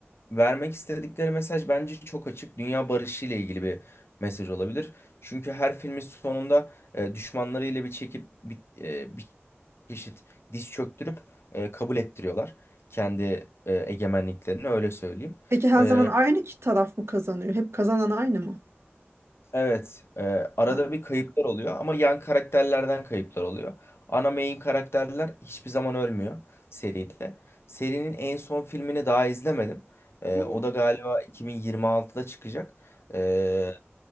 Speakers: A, on the left; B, on the right.
A: Vermek istedikleri mesaj bence çok açık. Dünya barışı ile ilgili bir mesaj olabilir. Çünkü her filmin sonunda e, düşmanlarıyla bir çekip bir, e, bir çeşit diz çöktürüp e, kabul ettiriyorlar kendi e, egemenliklerini öyle söyleyeyim.
B: Peki her
A: E,
B: zaman aynı ki taraf mı kazanıyor? Hep kazanan aynı mı?
A: Evet, e, arada
B: Ha.
A: bir kayıplar oluyor ama yan karakterlerden kayıplar oluyor. Ana main karakterler hiçbir zaman ölmüyor seride. Serinin en son filmini daha izlemedim. E,
B: Hı,
A: o da galiba 2026'da çıkacak. E,